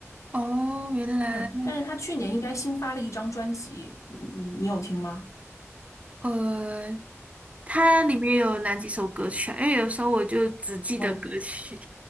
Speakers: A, on the right; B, on the left.
A: 哦，原来，
B: 嗯，但是她去年应该新发了一张专辑，你你你有听吗？
A: 呃，它里面有哪几首歌曲啊？因为有时候我就只记得歌曲，
B: 哦。